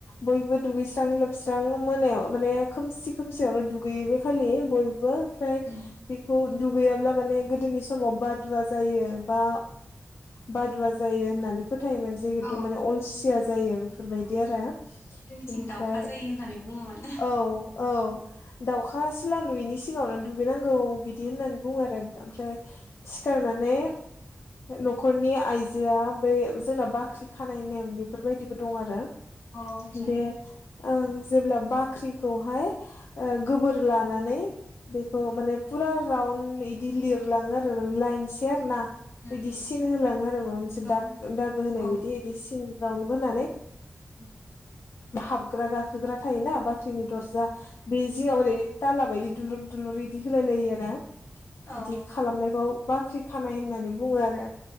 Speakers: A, on the left; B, on the left.
A: बयबो दुगैस्रां लोबस्रां मोनायाव माने खोमसि खोमसियावनो दुगैयो बे खालि बयबो ओमफ्राय
B: उम
A: बेखौ दुगैयाब्ला माने गोदोनि समाव बादुवा जायो बा बादुवा जायो होननानै फो थायोमोन जिहेतु
B: औ
A: माने अलसिया जायो बेफोरबायदि
B: औ
A: आरो
B: जोंनिथिं
A: बेनिफ्राय
B: दाउखा जायो होननानै बुङोमोन
A: औ औ दाउ खा सिला नुयिनि सिगाङावनो दुगैनांगौ बिदि
B: औ
A: होननानै बुङो आरो ओमफ्राय सिखारनानै न'खरनि आइजोआ बै जोंना बाख्रि खानाय नेम बेफोर बायदिबो दं आरो
B: अ आतसा
A: बे ओं जेब्ला बाख्रिखौहाय
B: उम
A: गोबोर लानानै
B: उम
A: बेखौ माने फुरा राउन्ड इदि लिरलाङो आरो माने लाइन से आरोना
B: उम
A: बिदि
B: उम
A: सिन होलाङो आरो माबा मोनसे
B: औ
A: दाग दागो होनाय
B: औ
A: बायदि बिदि सिन रावन्ड बानै
B: उ
A: हाबग्रा गाखोग्रा थायोना बाख्रिनि दरजा बे जिङाव ओरै ताला बायदि दु लुर इदि होलाय लायो आरो
B: औ अ
A: बिदि खालामनायखौ बाख्रि खानाय होननानै बुङो आरो